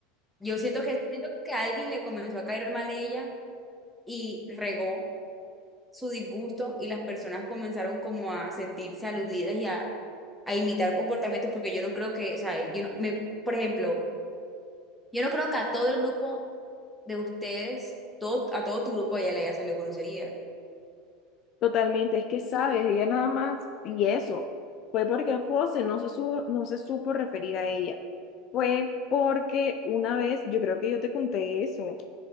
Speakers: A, in the centre; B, on the left.
A: Yo siento que, siento que a alguien le comenzó a caer mal ella y regó su disgusto y las personas comenzaron como a sentirse aludidas y a, a imitar comportamientos porque yo no creo que, o sea, yo no- me, por ejemplo, yo no creo que a todo el grupo de ustedes, todo, a todo tu grupo ella le haya salido grosería.
B: Totalmente, es que sabes, ella nada más, y eso, fue porque José no se supo, no se supo referir a ella. Fue porque una vez, yo creo que yo te conté eso,